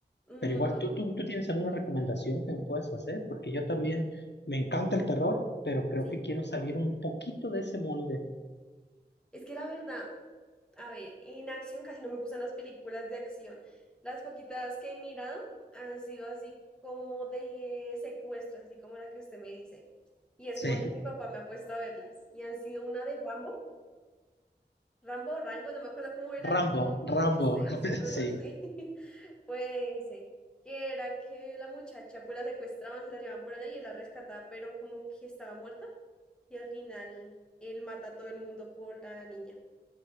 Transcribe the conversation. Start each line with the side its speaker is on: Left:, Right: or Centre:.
Centre: mm,
Left: Pero igual, ¿tú, tú, tú tienes alguna recomendación que me puedas hacer? Porque yo también me encanta el terror, pero creo
Centre: sí.
Left: que quiero salir un poquito de ese molde.
Centre: Es que la verdad, A ver, en acción casi no me gustan las películas de acción. Las poquitas que he mirado han sido así como de secuestros, así como la que usted me dice. Y es
Left: Sí.
Centre: porque mi papá me ha puesto a verlas. Y han sido una de Rambo, Rambo o Rango, no me acuerdo cómo era
Left: Rambo,
Centre: el nombre.
Left: Rambo,
Centre: Ese,
Left: <laughs>
Centre: ese, ujú,
Left: sí,
Centre: sí. <laughs> Fue ese. Que era que la muchacha pues la secuestraban, se la llevaban por allá y él la rescataba, pero como que estaba muerta. Y al final él mata a todo el mundo por la niña.